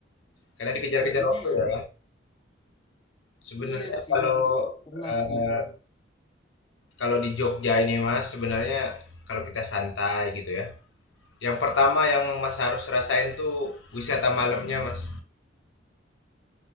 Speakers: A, on the left; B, on the left.
A: Karena dikejar-kejar
B: Kayaknya
A: waktu
B: ya,
A: ya. Sebenarnya
B: iya sih,
A: kalau
B: nggak pernah
A: eh,
B: sih.
A: kalau di Jogja ini Mas, sebenarnya kalau kita santai gitu ya. Yang pertama yang Mas harus rasain tuh wisata malamnya Mas.